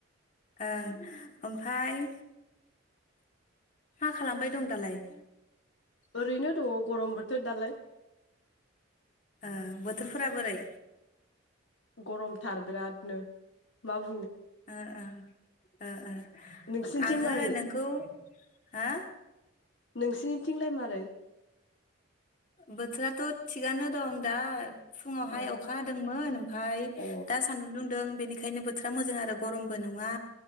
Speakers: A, on the left (about 40°); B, on the left (about 60°).
A: ओं ओमफ्राय मा खालामबाय दं दालाय?
B: ओरैनो दङ गरम बोथोर दालाय
A: ओ बोथोरफोरा बोरै
B: गरमथार बिरादनो माब
A: ओ ओ ओ
B: नोंसिनिथिं
A: आङो
B: मारै
A: नोंखौ। हो?
B: नोंसिनिथिंलाय मारै
A: बोथोराथ थिगानो दं दा फुङावहाय
B: औ
A: अखादोंंमोन ओमफ्राय
B: औ
A: दा सान्दुं दुं दों बेनिखायनो बोथोरा मोजां आरो गरमबो नङा